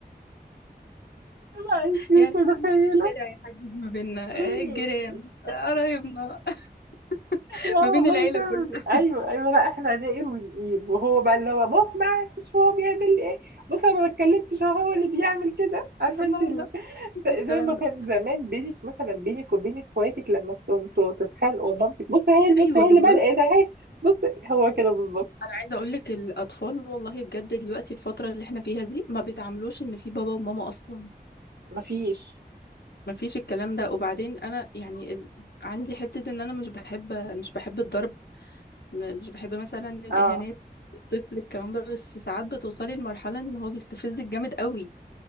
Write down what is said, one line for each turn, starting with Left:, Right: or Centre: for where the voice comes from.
Right: لا انت مش
Left: يعني
Right: متخيله
Left: احنا ممكن الشارع يحجز ما بيننا
Right: <laughs>
Left: آه، الجيران آه، قرايبنا <laughs>
Right: لا
Left: ما
Right: والله
Left: بين العيلة
Right: فعلا
Left: كلها
Right: ايوه ايوه لا احنا هنقل ونقيل وهو بقى اللي هو بص بقى مش هو بيعمل ايه بص انا ما اتكلمتش أهو هو اللي بيعمل كده
Left: <laughs>
Right: عارفه
Left: لا
Right: انت ال...
Left: لا مش الكلام
Right: زي ما كان
Left: ده
Right: زمان بينك مثلا بينك وبين اخواتك لما كنتوا تتخانقوا مامتك بص هي
Left: ايوه
Right: بص هي
Left: بالظبط
Right: اللي بدأت اهي بص هو كده بالظبط
Left: انا عايزه اقول لك الاطفال والله بجد دلوقتي الفتره اللي احنا فيها دي ما بيتعاملوش ان في بابا وماما اصلا
Right: مفيش
Left: ما فيش الكلام ده وبعدين انا يعني ال... عندي حته ان انا مش بحب مش بحب الضرب م- مش بحب مثلا الإهانات
Right: اه
Left: الطفل الكلام ده بس ساعات بتوصلي لمرحلة إن هو بيستفزك جامد قوي